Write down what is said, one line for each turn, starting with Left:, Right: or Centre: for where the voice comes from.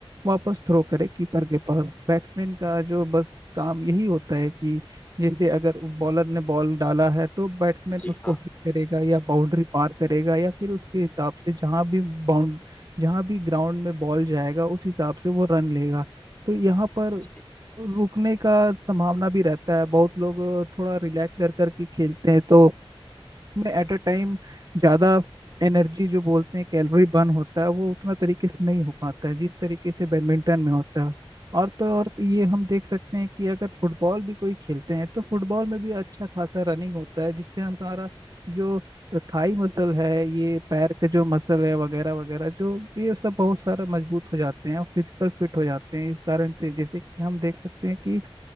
Right: वापस थ्रो करे कीपर के पास बैट्समैन का जो बस काम यही होता है कि जैसे अगर बॉलर ने बॉल डाला है तो बैट्समैन
Left: जी
Right: उसको
Left: हाँ
Right: हिट करेगा या बाउंड्री पार करेगा या फिर उसके हिसाब से जहाँ भी बाउंड जहाँ भी ग्राउंड में बॉल जाएगा उस हिसाब से वो रन लेगा तो यहाँ पर
Left: जी
Right: रुकने का संभावना भी रहता है बहुत लोग थोड़ा रिलैक्स कर करके खेलते हैं तो इसमें एट अ टाइम ज़्यादा एनर्जी जो बोलते हैं कैलोरी बर्न होता है वो उतना तरीके से नहीं हो पाता है जिस तरीके से बैडमिंटन में होता है और तो और ये हम देख सकते हैं कि अगर फुटबॉल भी कोई खेलते हैं तो फुटबॉल में भी अच्छा खासा रनिंग होता है जिससे हमारा जो थाई मसल है ये पैर के जो मसल है वगैरह वगैरह जो ये सब बहुत सारा मजबूत हो जाते हैं और फिजिकल फिट हो जाते हैं इस कारण से जैसे कि हम देख सकते हैं कि